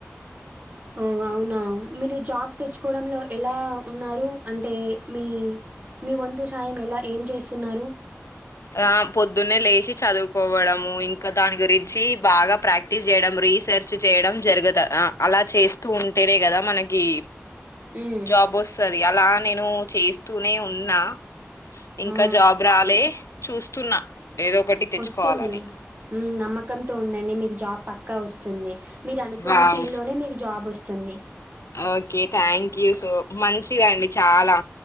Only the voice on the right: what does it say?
ఉమ్ అవునా మీరు జాబ్ తెచ్చుకోవడంలో ఎలా. ఉన్నారు అంటే మీ మీ వంతు సాయం ఎలా ఏం చేస్తున్నారు.
ఉమ్
ఆ
వస్తుంది నమ్మకంతో ఉండండి మీకు జాబ్ పక్కా వస్తుంది. మీరు అనుకున్న
ఫీల్డ్ లోనే మీకు జాబ్ వస్తుంది.